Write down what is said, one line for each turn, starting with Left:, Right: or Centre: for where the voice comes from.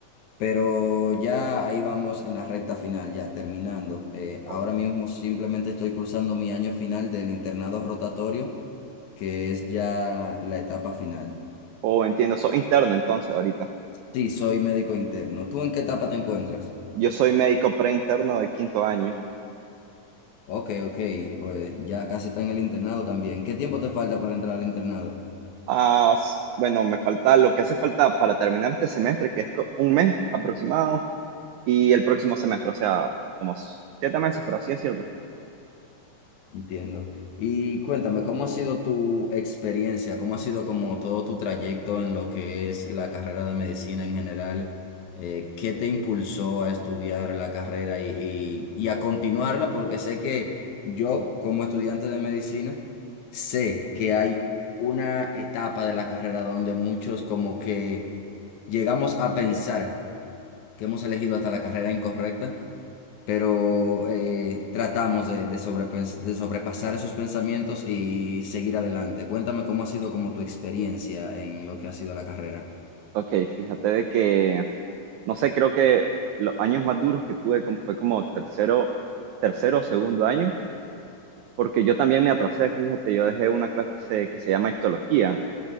Left: pero ya ahí vamos en la recta final, ya terminando. Eh, ahora
Right: O,
Left: mismo simplemente estoy cursando mi año final del internado rotatorio, que es ya la etapa final.
Right: o entiendo, sos interno entonces ahorita.
Left: Sí, soy médico interno. ¿Tú en qué etapa te encuentras?
Right: Yo soy médico preinterno de quinto año.
Left: Ok, ok, pues ya casi está en el internado también. ¿Qué tiempo te falta para entrar al internado?
Right: Ah, s- bueno, me falta lo que hace falta para terminar este semestre, que es co- un mes aproximado y el próximo semestre, o sea, como s- siete meses, por así decirlo.
Left: Entiendo. Y cuéntame, ¿cómo ha sido tu experiencia? ¿Cómo ha sido como todo tu trayecto en lo que es la carrera de medicina en general? Eh, ¿qué te impulsó a estudiar la carrera y, y- y a continuarla? Porque sé que yo, como estudiante de medicina, sé que hay una etapa de la carrera donde muchos como que llegamos a pensar que hemos elegido hasta la carrera incorrecta pero eh, tratamos de, de sobrepens- de sobrepasar esos pensamientos y seguir adelante. Cuéntame cómo ha sido como tu experiencia en lo que ha sido la carrera.
Right: Ok, fíjate de que, no sé, creo que los años más duros que tuve como- fue como tercero, tercero o segundo año, porque yo también me atrasé, fíjate, yo dejé una clase que se, que se llama histología.